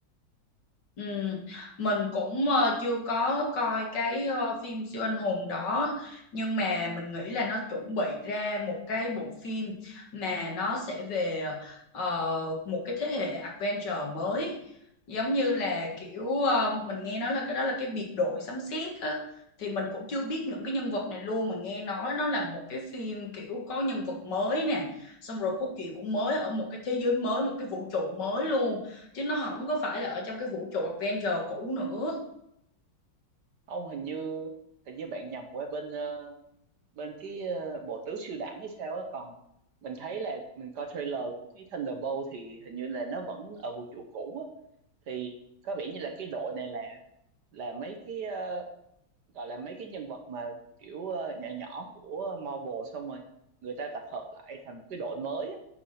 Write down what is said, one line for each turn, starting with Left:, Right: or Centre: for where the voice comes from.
Left: Ừ, mình cũng ờ, chưa có coi cái ờ, phim siêu anh hùng đó nhưng mà mình nghĩ là nó chuẩn bị ra một cái bộ phim mà nó sẽ về ờ, một cái thế hệ adventure mới giống như là kiểu ờ, mình nghe nói là cái đó là cái biệt đội sấm sét á thì mình cũng chưa biết những cái nhân vật này luôn mà nghe nói nó là một cái phim kiểu có nhân vật mới nè xong rồi cốt truyện cũng mới ở một cái thế giới mới một cái vũ trụ mới luôn chứ nó không có phải là ở trong cái vũ trụ Avenger cũ nữa
Right: Ông hình như hình như bạn nhầm qua bên ờ, bên cái ờ, bộ tứ siêu đẳng hay sao á còn mình thấy là mình coi trailer của cái Thunderbolt thì hình như là nó vẫn ở vũ trụ cũ á thì có vẻ như là cái đội này là là mấy cái ờ, gọi là mấy cái nhân vật mà kiểu ờ, nhỏ nhỏ của Marvel xong rồi người ta tập hợp lại thành một cái đội mới á